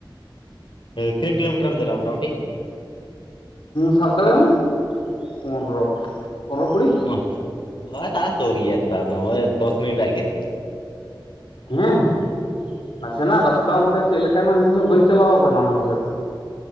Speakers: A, on the left; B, on the left.
A: ᱛᱤᱱᱟᱹᱜ ᱠᱤᱞᱳᱢᱤᱴᱟᱨ ᱮᱢ ᱪᱟᱞᱟᱜᱼᱟ ᱢᱚᱴᱟᱢᱩᱴᱤ?
B: ᱥᱟᱵ ᱫᱟᱲᱮᱟᱢ ᱯᱚᱱᱨᱚ, ᱯᱚᱱᱨᱚ ᱠᱩᱲᱤ
A: ᱚ ᱟᱪᱪᱷᱟ, ᱚ ᱛᱟᱦᱚᱞᱮ ᱥᱳᱨ ᱜᱮᱭᱟ ᱛᱚ ᱳᱭ ᱫᱚᱥ ᱢᱤᱱᱤᱴ ᱟᱜ ᱠᱷᱮᱞ᱾
B: ᱦᱮᱸ ᱦᱮᱸ᱾ ᱟᱫᱚ ᱱᱟᱥᱮᱱᱟᱜ ᱨᱟᱥᱛᱟ ᱚᱱᱛᱮ ᱪᱮᱜ ᱞᱮᱠᱟᱱᱟ ᱤᱧ ᱦᱚᱸ ᱵᱟᱹᱧ ᱪᱟᱞᱟᱣ ᱠᱟᱱᱟ ᱚᱱᱟ ᱫᱷᱟᱨᱮ ᱫᱚ᱾